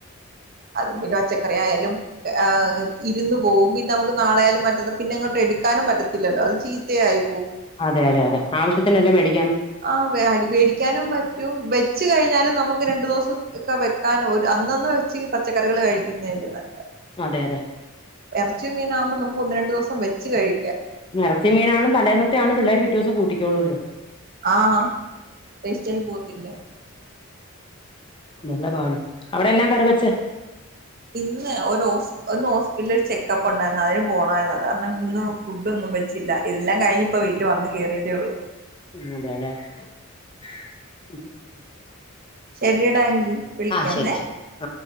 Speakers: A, on the right; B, on the left.
A: അത് പിന്നെ പച്ചക്കറി ആയാലും ക് ആഹ് ഇരുന്ന് പോവും പിന്ന നമുക്ക് നാളെ ആയാലും മറ്റന്ന പിന്ന അങ്ങോട്ട് എടുക്കാനും പറ്റത്തില്ലല്ലോ അത് ചീത്തയായി
B: അതെ അതെതെ ആവശ്യത്തിനല്ലെ മേടി
A: ആ അടിവെടിക്കാനും പറ്റും വെച്ച് കഴിഞ്ഞാലും നമ്ക്ക് രണ്ടു ദോസം ത്ക്ക വെക്കാനോ ഒര് അന്നൊന്ന് വെച്ച് പച്ചക്കറികള് കഴിക്ക്ന്നെ അല്ലെ നല്ലത്
B: അതെ അതെ
A: എറച്ചി മീനു ആവ്മ്പ നമുക്ക് ഒന്ന് രണ്ട് ദോസം വെ ച്ച് കഴി
B: എറച്ചി മീനാണും തലേന്നത് റ്റാളും പിള്ളേര് പിറ്റോസം കൂട്ടിക്കൊളുവല്ലോ
A: ആഹ് വേസ്റ്റായി പോവത്തില്ല
B: നല്ല പാട് അവിടെന്നാ കറി വെച്ച്?
A: ഇന്ന് ഒരൊസ് ഒന്ന് ഹോസ്പിറ്റ്ൽ ഒരു ചെക്കപ്പ് ഒണ്ടാര്ന്ന് അതിന് പോണാര്ന്ന് അത് കാരണം ഇന്നു ഫുഡോന്നും വെച്ചില്ല ഇത് ല്ലാം കഴിഞ്ഞ് ഇപ്പം വീട്ട്ല് വന്ന് കെറിയതേ ഒള്ളു
B: <unintelligible>
A: ശരിയടായെങ്കി വിളിക്കാമേ
B: ആ ശരി ശരി ആ